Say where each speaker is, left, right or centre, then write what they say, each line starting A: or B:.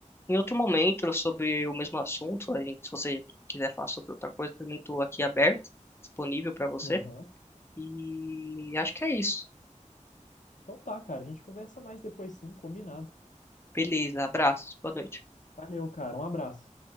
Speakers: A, on the left (about 20°); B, on the left (about 75°).
A: Em outro momento, sobre o mesmo assunto, a gente- se você quiser falar sobre outra coisa, também estou aqui aberto, disponível para você.
B: aham.
A: E acho que é isso.
B: Então tá, cara. A gente conversa mais depois sim, combinado.
A: Beleza, abraços, boa noite.
B: Valeu, cara. Um abraço.